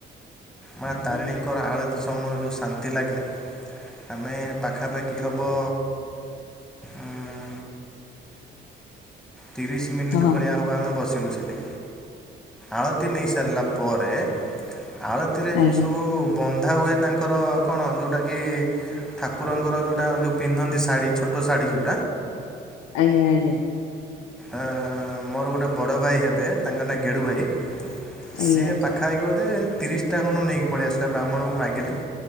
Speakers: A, in the centre; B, on the left.
A: ମା ତାରିଣୀଙ୍କର
B: ଆଜ୍ଞା।
A: ଆଳ ଳତି ସମୟ ଯଉଁ ଶାନ୍ତି ଲାଗେ। ଆମେ ପାଖାପାଖି ହବ ଉଁ ତିରିଶ ମିନିଟ୍
B: ହଁ
A: ଭଳିଆ ହେବ ଆମେ ବସିଲୁ ସେଟି। ଆଳତି ନେଇ ସାରିଲା ପରେ ଆଳତିରେ
B: ଆଜ୍ଞା।
A: ଯଉ ସବୁ ବନ୍ଧା ହୁଏ ତାଙ୍କର କଣ ଯୋଉଟା କି ଠାକୁରଙ୍କର ଯୋଉଟା ଯୋଉ ପିନ୍ଧନ୍ତି ଶାଢ଼ୀ ଛୋଟ ଶାଢ଼ୀ ଯୋଉ
B: ଆଜ୍ଞା ଆଜ୍ଞା।
A: ଆ ମୋର ଗୋଟେ ବଡ଼ ଭାଇ ହେବେ ତାଙ୍କ ନାଁ ଗେଡ଼ୁ ଭାଇ।
B: ଆଜ୍ଞା।
A: ସେ ପାଖା ଆଖି ବୋଧେ ତିରିଶ ଟା ଖନୁ ନେଇକି ପଳେଇ ଆସିଲା ବ୍ରାହ୍ମଣକୁ ମାଗିଲେ।